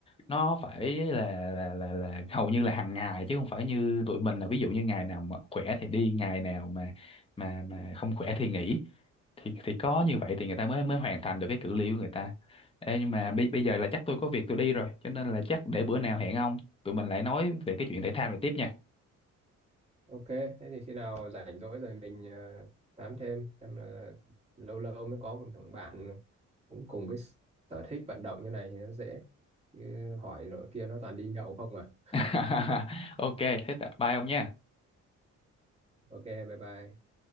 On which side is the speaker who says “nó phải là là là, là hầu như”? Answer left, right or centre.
Left